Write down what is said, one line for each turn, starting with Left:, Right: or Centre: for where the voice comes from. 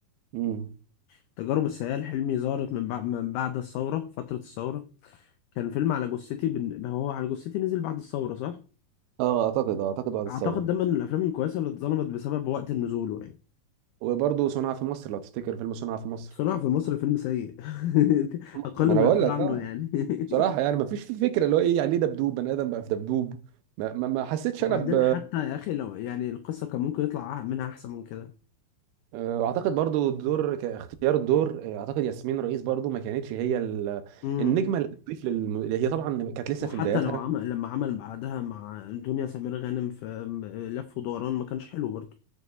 Right: امم
Left: التجارب السيئة لحلمي ظهرت من بعد من بعد الثورة فترة الثورة كان فيلم على جثتي بن... ما هو على جثتي نزل بعد الثورة صح؟
Right: اه اعتقد آه، اعتقد بعد الثوره
Left: اعتقد ده من الافلام الكويسه اللي اتظلمت بسبب وقت نزوله يعني
Right: وبرضه صنع في مصر لو تفتكر فيلم صنع في مصر
Left: صنع في مصر فيلم سيء <laughs> اقل
Right: ما
Left: ما
Right: انا بقول
Left: يقال
Right: لك
Left: عنه
Right: اه
Left: يعني <laughs>
Right: بصراحه يعني ما فيش في فكره اللي هو ايه يعني ايه دبدوب بني ادم بقى في دبدوب ما, ما, ما حسيتش
Left: وبعدين
Right: انا ب
Left: حتى يا اخي لو يعني القصه كان ممكن يطلع منها احسن من كده
Right: آه، اعتقد برضو الدور كاختيار الدور آه، اعتقد ياسمين رئيس برضو ما كانتش هي ال-
Left: امم
Right: النجمه اللي تضيف للم... اللي هي طبعا كانت لسه
Left: وحتى
Right: في بداياتها
Left: لو عمل لما عمل بعدها مع دنيا سمير غانم في م- لف ودوران ما كانش حلو برضه